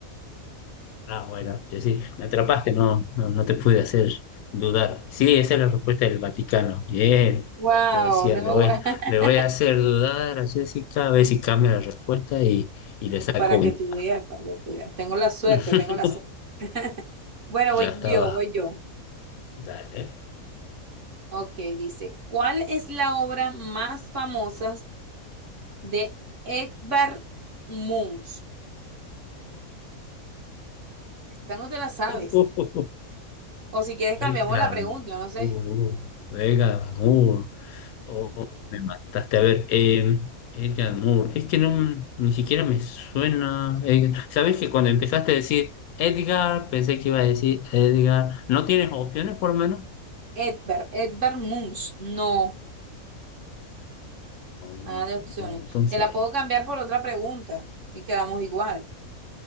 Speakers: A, on the left; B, on the right.
A: Ah, bueno, yo sí, me atrapaste, no, no, no te pude hacer dudar. Sí, esa es la respuesta del Vaticano. Bien.
B: Wow,
A: Yo decía,
B: no,
A: le
B: guau.
A: voy,
B: <laughs>
A: le voy a hacer dudar a Jessica, a ver si cambia la respuesta y, y le saco
B: Para
A: ventaja.
B: que tú veas, para que tú veas. Tengo la suerte,
A: <laughs>
B: tengo la suerte. <laughs> Bueno,
A: Ya
B: voy
A: estaba.
B: yo, voy yo.
A: Dale.
B: Ok, dice, ¿cuál es la obra más famosa de Edvard Munch? Esta no te la sabes.
A: <laughs>
B: O si quieres
A: Beckham.
B: cambiamos la pregunta, no sé.
A: Uh, Beckham. Uh, Oh, me mataste. A ver, eh, Edgar Moore. Es que no, ni siquiera me suena. eh, ¿Sabes que cuando empezaste a decir Edgar, pensé que iba a decir Edgar? ¿No tienes opciones por lo menos?
B: Edvard, Edvard Munch. No,
A: No,
B: nada de
A: pues
B: opciones.
A: no. Entonces,
B: Te la puedo cambiar por otra pregunta y quedamos igual.